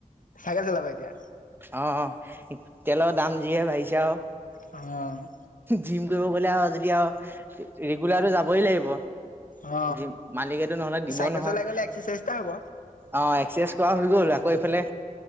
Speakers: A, on the left; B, on the right.
A: চাইকেল চলাবা এতিয়া
B: অ অ তেলৰ দাম যিহে বাঢ়িছে আও
A: অ
B: জিম কৰিব গ'লে আও যদি আও ৰেগুলাৰটো যাবই লাগিব
A: অ
B: দিম মালিকে টো নহ'লে দিব
A: চাইকেল
B: নহয়।
A: চলাই গ'লে এক্সাৰচাইজ এটা হ'ব
B: অ এক্সাৰচাইজ কৰা হৈ গ'ল আকৌ এইফালে